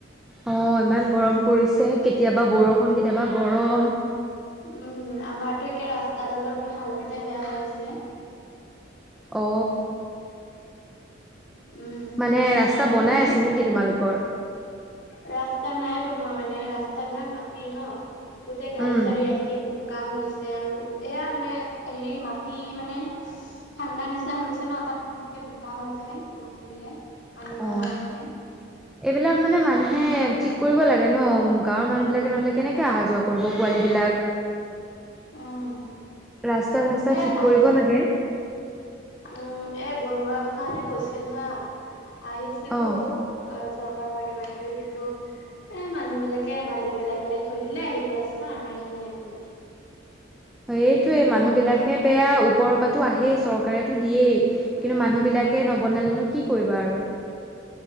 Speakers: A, in the centre; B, on the left.
A: অ ইমান গৰম পৰিছে, কেতিয়াবা বৰষুণ কেতিয়াবা গৰম।
B: উম, আমাৰতো একে ৰাস্তাডালৰ হালতে বেয়া হৈ আছে।
A: অঁ।
B: উম,
A: মানে ৰাস্তা
B: তোমালোকৰ
A: বনাই
B: পিনে?
A: আছে নেকি তোমালোকৰ?
B: ৰাস্তা নাই বনোৱা মানে ৰাস্তা বিলাক মাটিৰ ন গোটেই গাড়ী
A: উম
B: চাডাৰী আহি বু বোকা হৈ গৈছে আৰু, এয়া মানে হেৰি মাটি মানে, ঠাণ্ডা নিচিনা হৈ গৈছে ন তাত গোটেই বোকা হৈ যায় বৰষুণ দিলে। পানী জমা
A: অ অ
B: হৈ কেনে
A: এইবিলাক মানে মানুহ, হে ঠিক কৰিব লাগে ন, গাঁৱৰ মানুহ বিলাকে নহলে কেনেকে অহা যোৱা কৰিব পোৱালী বিলাক।
B: উম।
A: ৰাস্তা চাস্তা
B: এ
A: ঠিক
B: আহিছ
A: কৰিব লাগে।
B: উম এ বনোৱা কথা কৈছিল হা, আহিছিলো
A: অঁ
B: চৰকাৰ কিব বা কিবি কিন্তু এ মানুহবিলাকে বালি পেলাই পেলাই থৈ দিলে সেইটো ৰাস্তাৰ আমাৰ এইখিনিৰ একো নাই।
A: এইটোৱে
B: তেনেকুৱা হৈ থাকিল
A: মানুহবিলাকহে বেয়া ওপৰৰ পৰাটো আহেই চৰকাৰেটো দিয়েই।
B: উম
A: কিন্তু মানুহবিলাকে
B: উম
A: নবনালেনো কি কৰিবা আৰু।